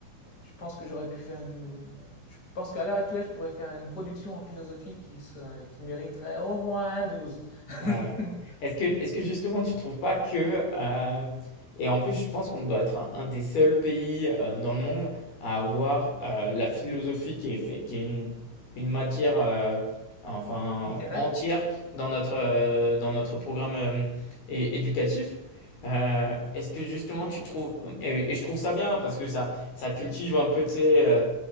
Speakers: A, on the left; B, on the left.
A: je pense que j'aurais pu faire une, je pense qu'à l'heure actuelle, je pourrais faire une production en philosophie qui serait- qui mériterait au moins un douze. <laughs>
B: Ouais. Est-ce que, est-ce que justement tu trouves pas que, euh, et en plus je pense qu'on doit être un, un des seuls pays euh, dans le monde à avoir euh, la philosophie qui est, fait- qui est une, une matière euh, enfin
A: Littéraire?
B: entière dans notre,
A: Ouais.
B: euh, dans notre programme euh, é- éducatif. Euh, est-ce que justement tu trouves, et, et je trouve ça bien parce que ça, ça cultive un peu, tu sais, euh,